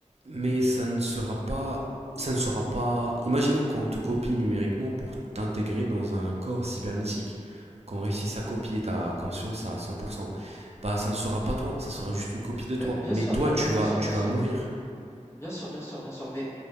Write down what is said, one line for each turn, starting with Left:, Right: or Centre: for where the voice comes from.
Right: mais ça ne sera pas. Ça ne sera pas. Imaginons qu'on te copie numériquement pour t'intégrer dans un corps cybernétique. Qu'on réussisse à
Left: ouais.
Right: copier ta conscience à cent pour cent, Bah, ça ne sera pas toi, ça sera juste une copie de
Left: Bien,
Right: toi.
Left: bien
Right: Mais
Left: sûr,
Right: toi,
Left: non,
Right: tu
Left: non, bien
Right: vas,
Left: sûr, bien
Right: tu vas
Left: sûr,
Right: mourir.
Left: bien sûr, bien sûr, bien sûr. Mais